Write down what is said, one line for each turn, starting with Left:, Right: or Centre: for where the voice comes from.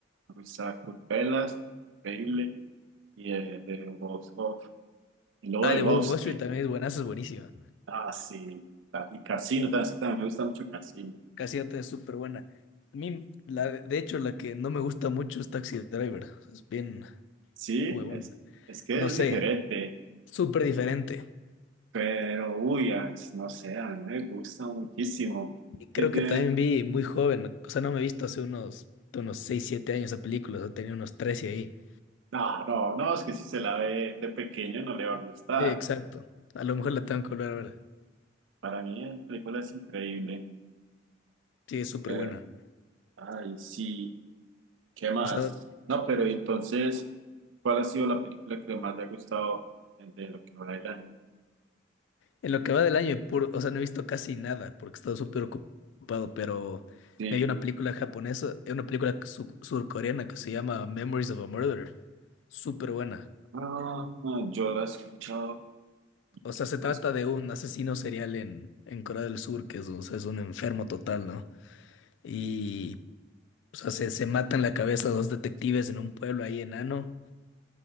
Right: me gusta Culpelas, Increíble, y eh, The Wolf of. Y luego
Left: Ah,
Right: de
Left: The
Right: Wall
Left: Wolf
Right: Street.
Left: of Wall Street también es buenazo, es buenísima.
Right: Ah, sí. ta- Y Casino, ta- es que también me gusta mucho Casino.
Left: Cassiopeia es súper buena. A mí, la, de de hecho, la que no me gusta mucho es Taxi Driver. Es bien
Right: Sí,
Left: huevona.
Right: es, es que
Left: No
Right: es
Left: sé,
Right: diferente,
Left: súper diferente.
Right: pero uy, ah, es- no sé, a mí me gusta muchísimo.
Left: Y creo
Right: Que tiene
Left: que también vi muy joven. O sea, no me he visto hace unos, unos 6 7 años esa película. O sea, tenía unos 13 ahí.
Right: No, no, no, es que si se la ve de pequeño no le va a gustar.
Left: Sí, exacto. A lo mejor la tengo que volver a ver.
Right: Para mí la película es increíble.
Left: Sí, es súper
Right: Pero,
Left: buena.
Right: ay, sí, ¿qué más?
Left: O sea,
Right: No, pero entonces, ¿cuál ha sido la película que más le ha gustado de lo que va del año?
Left: En lo que va del año, puro, o sea, no he visto casi nada porque he estado súper ocupado, pero
Right: Sí,
Left: me vi una película japonesa, eh, una película su- surcoreana que se llama Memories of a Murderer. Súper buena.
Right: ah, yo la he escuchado.
Left: O sea,
Right: Es
Left: se
Right: más,
Left: trata de un asesino serial en, en Corea del Sur, que es, o sea, es un enfermo total, ¿no? Y, o sea, se, se matan la cabeza dos detectives en un pueblo ahí enano